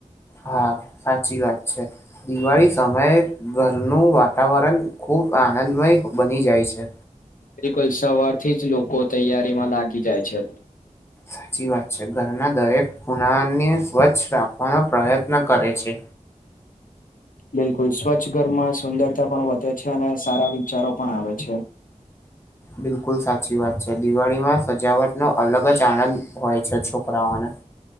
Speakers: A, on the left (about 20°); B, on the left (about 85°).
A: હા, સાચી વાત છે., દિવાળી સમયે ઘરનું વાત વાતાવરણ ખુબ આનંદમય બની જાય છે.
B: બિલકુલ, સવારથી જ લોકો તૈયારીમાં લાગી જાય છે.
A: સાચી વાત છે., ઘરના દરેક ખૂણાને સ્વચ્છ રાખવાનો પ્રયત્ન. કરે છે.
B: બિલકુલ, સ્વચ્છ ઘરમાં સુંદરતા પણ વધે છે, અને સારા વિચારો પણ આવે છે.
A: બિલકુલ સાચી વાત છે, દિવાળીમાં સજાવટનો અલગ જ આનંદ હોય છે છોકરાઓને. <unintelligible>